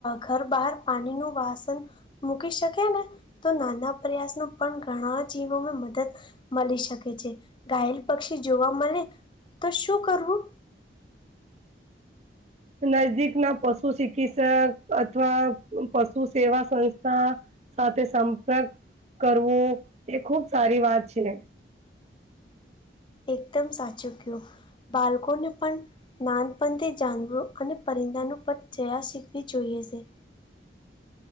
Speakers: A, on the left (about 25°); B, on the right (about 35°).
A: ઘર બહાર પાણી નું વાસન મૂકી શકે ને તો નાના પ્રયાસનો પણ ઘણા જીવોમાં મદદ મળી શકે છે ઘાયલ પક્ષી જોવા મળે તો શું કરવું
B: નજદીક ના પશુ ચિકિત્સક અથવા પશુ સેવા સંસ્થા સાથે સંપર્ક કરવો એ ખુબ સારી વાત છે.
A: એકદમ સાચું ગયું બાળકોને પણ નાનપણથી જાનવરો અને પરિંદાનું પણ જયા શીખવી જોઈએ છે.